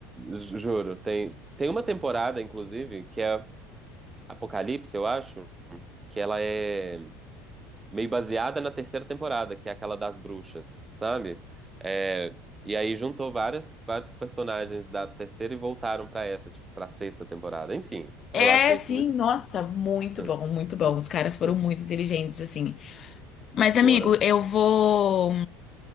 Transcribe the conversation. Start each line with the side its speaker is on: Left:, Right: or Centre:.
Right: ju- juro. Tem, tem uma temporada, inclusive, que é Apocalipse, eu acho, que ela é meio baseada na terceira temporada, que é aquela das bruxas, sabe? É, e aí juntou várias, vários personagens da terceira e voltaram pra essa, tipo, pra sexta temporada. Enfim,
Left: É,
Right: eu achei
Left: sim,
Right: isso muito
Left: nossa,
Right: bom.
Left: muito
Right: Hum,
Left: bom, muito bom.
Right: Muito,
Left: Os caras foram
Right: muito
Left: muito inteligentes, assim. Mas, amigo,
Right: foram.
Left: eu vou.